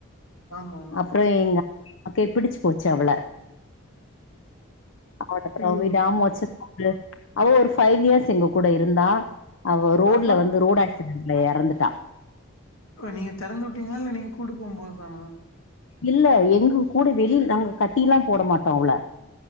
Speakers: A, on the left; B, on the left.
A: ஆமா
B: அப்புற எங்க அ அமாக்க பிடிச்சு போச்சு அவள அடத்த
A: ஐயோ
B: விடாம வச்சு அவ ஒரு ஃபைவ் இயர்ஸ் எங்க கூட இருந்தா அவ ரோட்ல
A: அப்றோ
B: வந்து ரோட அ இல்ல இறந்துட்டா
A: ஓ நீங்க திறந்து வுட்டேங்கள நீங்க கூடா போகு போது தா
B: இல்ல எங்க கூட வெளிய நாங்க கட்டி எல்லா போட மாட்டோ அவள